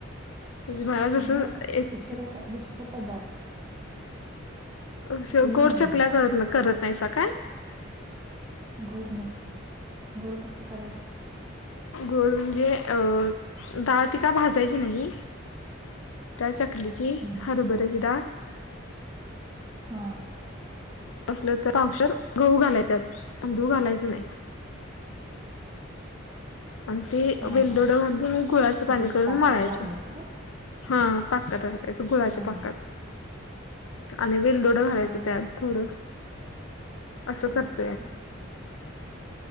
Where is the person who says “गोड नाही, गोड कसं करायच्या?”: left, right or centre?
Right